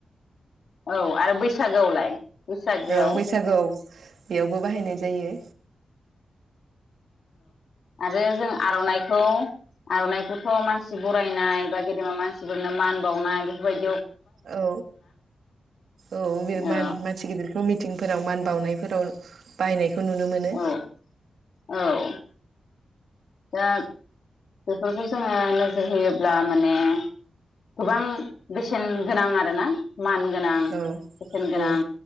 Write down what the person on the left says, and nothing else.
औ आरो बैसागोआवलाय बैसागोआव
आरो जों आर'नाइखौ आर'नाइखौथ' मानसि बरायनाय बा गेदेमा मानसिफोरनो मान बावनाय बेफोरबायदि
औ
औ औ दा बेफोरखौ जोङो नोजोर होयोब्ला माने गोबां बेसेन गोनां आरोना मान गोनां
बोसेन
गोनां